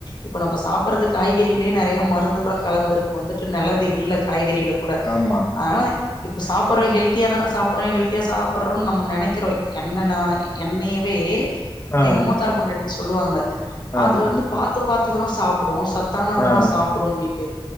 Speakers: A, on the left (about 50°); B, on the left (about 30°).
A: இப்ப நம்ப சாப்ர்றது காய்கறிலே நெறைய மருந்து தா கலந்துருக்குன்ட்டு நல்லது இல்ல காய்கறில கூட
B: ஆமா.
A: அதனால இப்ப சாப்பிட்றோ ஹெல்த்தியாதானா சாப்புட்றோ ஹெல்தியா சாப்ட்றோன்னு நம்ம நெனக்கிறோ என்னென்னா என்னயவே
B: ஆ.
A: எங்க மூத்தாரூ பொண்டாட்டி சொல்லுவாங்க
B: ஆ.
A: அது வந்து பாத்து பாத்துதா சாப்டூ சத் சத்தானதுதா
B: ஆ.
A: சாப்டூன்ட்டு